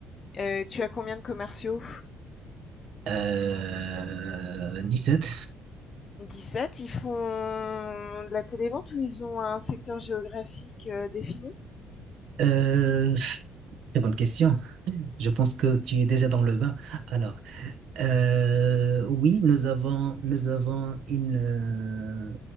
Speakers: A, on the left; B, on the right.
A: Euh, tu as combien de commerciaux?
B: Euh, sept
A: 17. ils font de la télévente ou ils ont un secteur géographique euh, défini?
B: Euh, très bonne question. Je pense que tu es déjà dans le bain. Alors, Euh, oui, nous avons, nous avons une euh,